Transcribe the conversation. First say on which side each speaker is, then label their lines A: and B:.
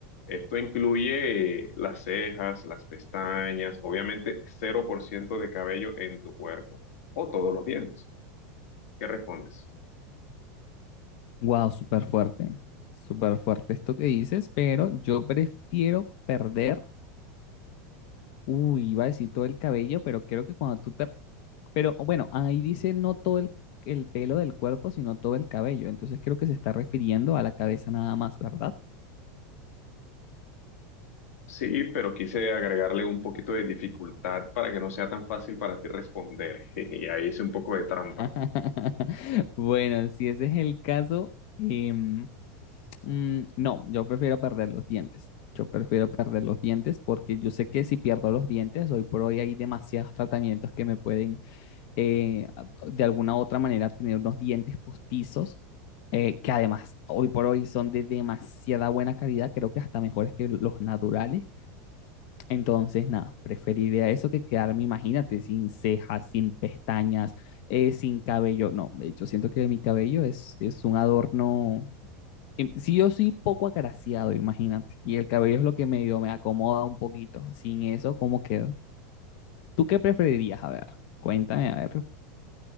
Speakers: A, on the left (about 80°); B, on the left (about 50°).
A: Esto incluye eh, las cejas, las pestañas, obviamente cero por ciento de cabello en tu cuerpo o todos los dientes. ¿Qué respondes?
B: Wow, súper fuerte, súper fuerte esto que dices, pero yo prefiero perder, uy, iba a decir todo el cabello, pero creo que cuando tú te... Pero bueno, ahí dice no todo el, el pelo del cuerpo, sino todo el cabello, entonces creo que se está refiriendo a la cabeza nada más, ¿verdad?
A: Sí, pero quise agregarle un poquito de dificultad para que no sea tan fácil para ti responder. <laughs> Y ahí hice un poco de trampa.
B: <laughs> Bueno, si ese es el caso, em, mm, no, yo prefiero perder los dientes. Yo prefiero perder los dientes porque yo sé que si pierdo los dientes, hoy por hoy hay demasiados tratamientos que me pueden eh, de alguna u otra manera tener unos dientes postizos, eh, que además hoy por hoy son de demasiada buena calidad, creo que hasta mejores que los naturales. Entonces, nada, preferiría eso que quedarme, imagínate, sin cejas, sin pestañas, eh, sin cabello. No, de hecho, siento que mi cabello es, es un adorno, em, sí yo soy poco agraciado, imagínate, y el cabello es lo que medio me acomoda un poquito. Sin eso, ¿cómo quedo? ¿Tú qué preferirías? A ver, cuéntame, a ver.